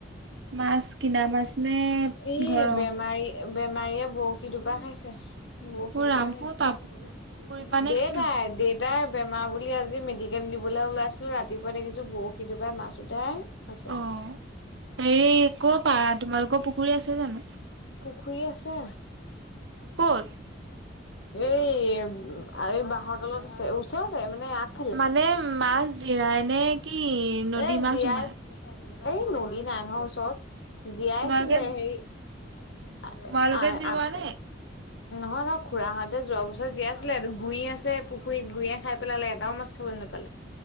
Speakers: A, on the right; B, on the left.
A: মাছ কিনা মাছ নে?
B: এই
A: ঘৰৰ?
B: বেমাৰী বেমাৰীয়ে বৰশী দুপা খাইছে। বৰশী
A: অ
B: টোপাই
A: ৰাম
B: আনিছে,
A: ক' পা পুখুৰী পুখুৰী পা নে
B: দেউতাই-
A: কিনো?
B: বেমাৰ বুলি আজি মেডিকেল নিবলৈ ওলাইছিলো ৰাতিপুৱা দেখিছো বৰশীটোপাই মাছ উঠাই- আছে।
A: অ হেৰি কপা তোমালোকৰ পুখুৰী আছে জানো?
B: পুখুৰী আছে।
A: ক'ত?
B: এই এই বাঁহৰ তলত আছে ওচৰতে মানে আগত।
A: মানে মাছ জিয়াই নে কি? নদী
B: এ
A: মাছ
B: জীয়াইছিল,
A: সোমাই?
B: এই নদী নাই নহয় ওচৰত, জীয়াইছিলে
A: তোমালোকে
B: হেৰি- <unintelligible>
A: তোমালোকে
B: নহয়
A: জিৰোৱা নে?
B: নহয় খুৰাহঁতে যোৱা বছৰ জীয়াই আছিলে গুই আছে পুখুৰীত গুইয়ে খাই পেলালে এটাও মাছ খাবলৈ নাপালে।